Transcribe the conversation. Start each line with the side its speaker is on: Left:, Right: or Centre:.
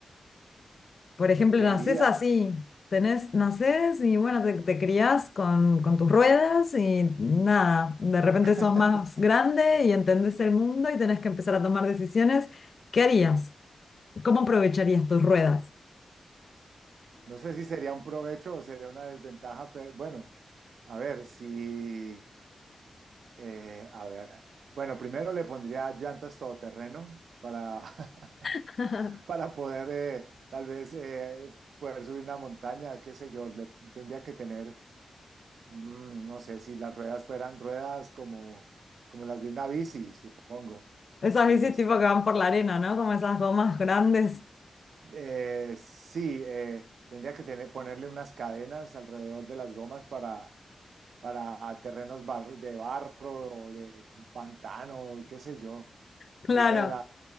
Left: Por ejemplo,
Right: ¿qué
Left: nacés
Right: haría?
Left: así, tenés, nacés y bueno, te, te criás con, con tus ruedas y nada, de repente
Right: <laughs>
Left: sos más grande y entendés el mundo y tenés que empezar a tomar decisiones. ¿Qué harías? ¿Cómo aprovecharías tus ruedas?
Right: No sé si sería un provecho o sería una desventaja, pero bueno, a ver, si, eh, a ver, bueno, primero le pondría llantas todoterreno para, <laughs>
Left: <laughs>
Right: para poder eh, tal vez eh, poder subir una montaña, qué sé yo, le tendría que tener, mm, no sé, si las ruedas fueran ruedas como, como las de una bici, supongo.
Left: Esas
Right: Este,
Left: bicis tipo que van por la arena, ¿no? Como esas gomas grandes. <laughs>
Right: Eh, sí, eh, tendría que tener, ponerle unas cadenas alrededor de las gomas para, para terrenos barro- de barro o de pantano, qué sé yo,
Left: Claro,
Right: piedras